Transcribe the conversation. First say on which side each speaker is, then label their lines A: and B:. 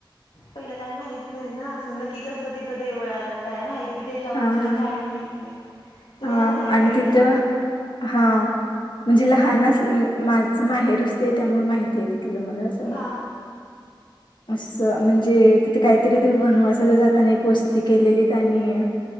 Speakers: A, on the left; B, on the left.
A: पहिलं काय माहित नाही ना असं नक् ककी कस तिथं देवळ आलं काय माहित त्याच्याबद्दल
B: हा हा
A: काय माहत नाही. तुम्हाला
B: हा
A: माहित
B: आणि
A: आहे
B: तिथं
A: का?
B: हा म्हणजे लहान असलं म्हण माझ माहेर च ते त्यामुळे माहिती आहे ते तिथलं मला असं.
A: हा
B: असं म्हणजे तिथे काहीतरी वनवासाला जाताना एक वस्ती केलेलीत आणि